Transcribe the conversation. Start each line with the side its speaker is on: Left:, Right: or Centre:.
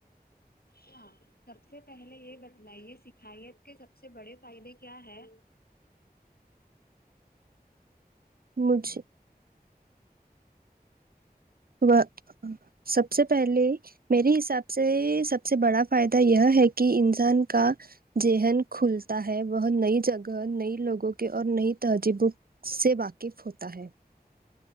Left: ہاں سب سے پہلے یہ بتلائیے سیکھا یت کے سب سے بڑے فائدے کیا ہے
Right: مجھے وہ سب سے پہلے میرے حساب سے سب سے بڑا فائدہ یہ ہے کہ انسان کا ذہن کھلتا ہے وہ نئی جگہ نئی لوگوں کے اور نئی تہذیبوں اس سے واقف ہوتا ہے